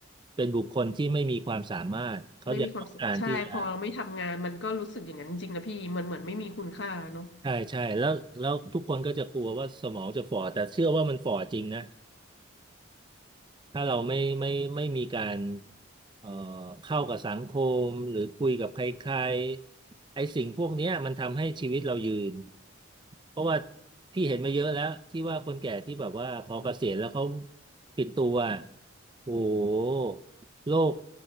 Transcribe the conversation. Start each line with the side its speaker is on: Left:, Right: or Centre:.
Right: เป็นบุคคลที่ไม่มีความสามารถเขายังต้องการที่จะ
Left: ไม่มีความสุขใช่พอเราไม่ทำงานมันก็รู้สึกอย่างนั้นจริงๆนะพี่มันเหมือนไม่มีคุณค่าเนาะ
Right: ใช่ใช่แล้วแล้วทุกคนก็จะกลัวว่าสมองจะฝ่อแต่เชื่อว่ามันฝ่อจริงนะ ถ้าเราไม่ไม่ไม่มีการเอ่อเข้ากับสังคมหรือคุยกับใครๆไอ้สิ่งพวกเนี้ยมันทำให้ชีวิตเรายืนเพราะว่าพี่เห็นมาเยอะแล้วที่ว่าคนแก่ที่แบบว่าพอเกษียณแล้วเขาปิดตัวโอ้โหโรค